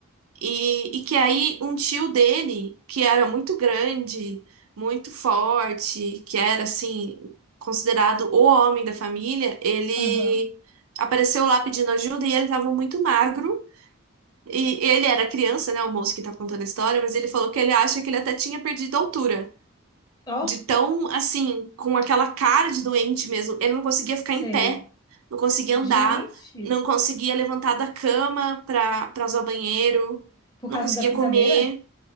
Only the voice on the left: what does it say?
Aham.
Ó,
sei.
Gente.
Por
causa
da pisadeira?